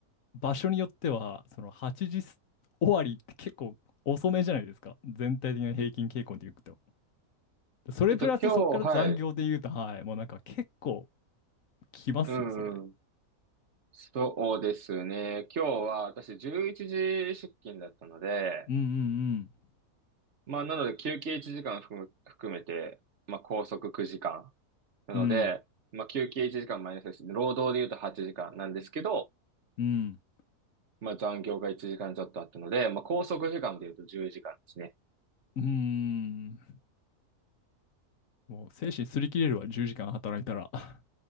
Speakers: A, on the left; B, on the right.
A: 場所によっては、その8時す終わりって結構遅めじゃないですか。全体的な平均傾向で言うと。それプラスそこから残業で言うと、
B: えっと、今日、はい。
A: はい、もうなんか結構、きますよ、
B: うん
A: それ。
B: そうですね。今日は私11時出勤だったので、
A: うんうん
B: まあなので休憩1時間含む含めて、まあ拘束9時間。なので、
A: うん。
B: まあ休憩1時間マイナスですね。労働で言うと8時間なんですけど、
A: うんうん。
B: まあ残業が1時間ちょっとあったので、まあ拘束時間で言うと10時間ですね。
A: うーん。もう精神すり切れるわ、10時間働いたら。<laughs>